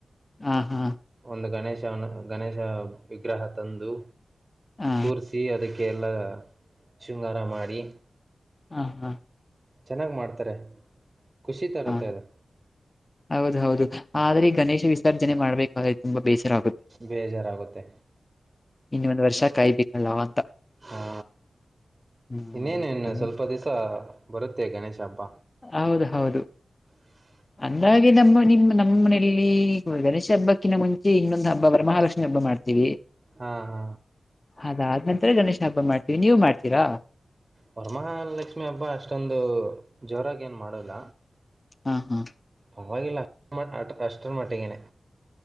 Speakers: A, on the left; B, on the right.
A: ಹ್ಮ ಹಾ.
B: ಒಂದು ಗಣೇಶ ವಿಗ್ರಹ ತಂದು
A: ಹಾ
B: ಕೂರಿಸಿ ಅದಕ್ಕೆ. ಗೆಲ್ಲ ಶೃಂಗಾರ ಮಾಡಿ.
A: ಹಾ ಹಾ.
B: ಚೆನ್ನಾಗ್ ಮಾಡ್ತಾರೆ. ಖುಷಿ ತರುತ್ತೆ
A: ಹಾ
B: ಅದು
A: ಹೌದು ಹೌದು ಆದ್ರೆ ಈಗ. ಗಣೇಶ ವಿಸರ್ಜನೆ ಮಾಡ್ಬೇಕ್ರೆ ತುಂಬ ಬೇಸರ
B: ಬೇಜಾರಾಗುತ್ತೆ
A: ಇನ್ನ ಒಂದ್ ವರ್ಷ ಕಾಯ್ಬೇಕಲ್ಲ ಅಂತ.
B: ಹಾ
A: ಹ್ಮ್
B: ಇನ್ನೇನೇನ್ ಸ್ವಲ್ಪ ದಿವಸ ಬರುತ್ತೆ ಗಣೇಶ ಹಬ್ಬ.
A: ಹೌದು ಹೌದು.
B: <unintelligible>
A: ಅಂದಾಗೆ ನಮ್ಮ ನಿಮ್ಮ್ ನಮ್ಮನೆಯಲ್ಲಿ ಗಣೇಶ ಹಬ್ಬಕ್ಕಿಂತ ಮುಂಚೆ ಇನ್ನೊಂದು ಹಬ್ಬವರ ಮಹಾಲಕ್ಷ್ಮಿ ಹಬ್ಬ ಮಾಡ್ತಾರೆ ಮಾಡ್ತೀವಿ
B: ಹಾ ಹಾ.
A: ಅದಾದ ನಂತರ ಗಣೇಶ ಹಬ್ಬ ಮಾಡ್ತೀವಿ ನೀವು ಮಾಡ್ತೀರಾ.
B: ವರಮಹಾಲಕ್ಷ್ಮಿ ಹಬ್ಬ ಅಷ್ಟೊಂದು ಜೋರಾಗಿ ಏನ್ ಮಾಡಲ್ಲ.
A: ಹಾ ಹಾ.
B: ಪವಾಗಿಲ್ಲ ಅಷ್ಟರ ಮಟ್ಟಗೇನೇ.